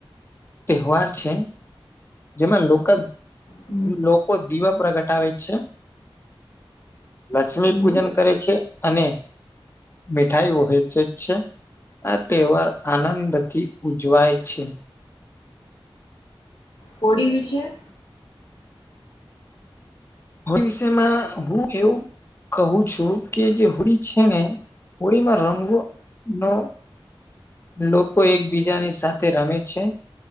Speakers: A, on the left; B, on the left.
A: તહેવાર છે જેમાં લોકો
B: હમ
A: લોકો દીવા પ્ર પ્રગટાવે છે લક્ષ્મી
B: હમ
A: પૂજન કરે છે અને મીઠાઈ વહેંચે છે આ તહેવાર આનંદથી ઉજવાય છે
B: હોળી વિશે
A: હો વિષયમાં હું એવું કહું છું કે જે હોળી છે ને હોળીમાં રંગો નો લોકો એકબીજાની સાથે રમે છે